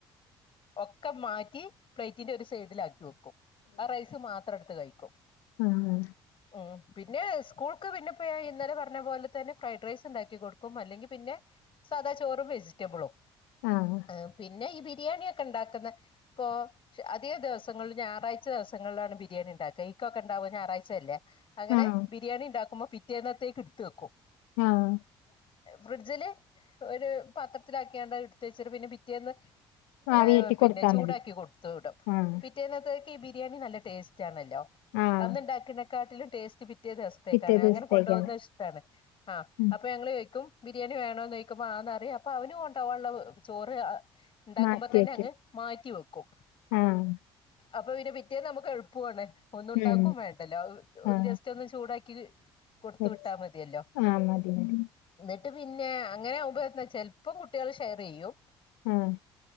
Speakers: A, on the left; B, on the left.
A: ഒക്കെ മാറ്റി പ്ലേറ്റിന്റൊരുസൈഡിലക്കിവെക്കും ആ റൈസ് മാത്രെടുത്ത്കഴിക്കും
B: ആഹാ
A: ഉം പിന്നെ സ്കൂൾക്ക് പിന്നെപ്പെ ഇന്നലെപറഞ്ഞ പോലെതന്നെ ഫ്രൈഡ്റൈസ്ണ്ടാക്കി കൊടുക്കും അല്ലെങ്കിൽപിന്നെ സാധാചോറും വെജിറ്റബ്ലും
B: ആഹ്
A: ഹെ പിന്നെ ബിരിയാണിയോക്കെണ്ടാക്കുന്ന ഇപ്പോ അധികാദിവസങ്ങളിളും ഞായറാഴ്ച ദിവസങ്ങളിലാണ്ബിരിയാണിണ്ടാക്കഈ <unintelligible> ണ്ടാവും ഞായറഴ്ചയല്ലേ അങ്ങനെ
B: ആഹ്
A: ബിരിയാണിണ്ടാക്കുമ്പോ പിറ്റേന്നെത്തേക്ക്ടുത്ത് വെക്കും
B: ആഹ്
A: ഫ്രിഡ്ജില് ഒരു പാത്രത്തിലാക്കിയ ണ്ട് എടുത്ത് വച്ചൊരു പിന്നെ പിറ്റേന്ന് <unintelligible>
B: ആവിയേറ്റി
A: പിന്നെ
B: കൊടുത്താ
A: ചൂടാക്കി
B: മതി
A: കൊടുത്തു വിടും
B: ആഹ്
A: പിറ്റേന്നത്തേക്ക് ഈ ബിരിയാണി നല്ല ടേസ്റ്റാണല്ലോ
B: ആഹ്
A: അന്നിണ്ടാക്ക്‌നെക്കാട്ടിലും ടേസ്റ്റ് പി പിറ്റേ ദിവസത്തേക്കാണ്
B: പിറ്റേ ദിവസത്തേക്കാണ്
A: അങ്ങനെ കൊണ്ടു പോവുന്നത് ഇഷ്ടാണ് ആ
B: ഉം
A: അപ്പൊ ഞങ്ങള് ചോയിക്കും ബിരിയാണി വേണോ നെയ്ക്കപ്പോ ആന്നറിയാം അപ്പൊ അവനും കൊണ്ടോവോള്ളവ് ചോറ് ഉണ്ടാക്കുമ്പോ
B: മാറ്റി
A: തന്നെ
B: വെക്കും
A: അങ്ങ് മാറ്റി വെക്കും
B: ആഹ്
A: അപ്പൊ പിന്നെ പ്രത്യ നമുക്ക് എളുപ്പാണ് ഒന്നും ഉണ്ടാക്കും
B: ഉം
A: വേണ്ടല്ലോ
B: ആഹ്
A: ജസ്റ്റ് ഒന്ന് ചൂടാക്കിത് കൊടുത്തു
B: വെച്ച്
A: വിട്ടാ മതിയല്ലോ
B: ആഹ് മതി മതി
A: ട്ട് പിന്നെ അങ്ങനെ ആകുമ്പോ എന്നാ ചെലപ്പം കുട്ടികള് ഷെയറെയ്യും
B: ആഹ്